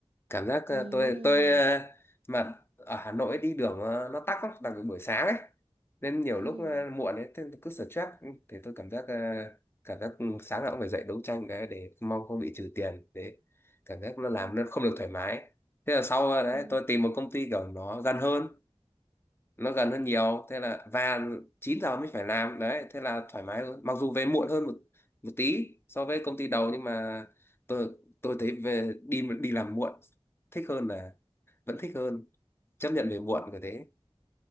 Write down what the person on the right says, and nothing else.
Ừ.
Ừ.
Ừ.
Ừ.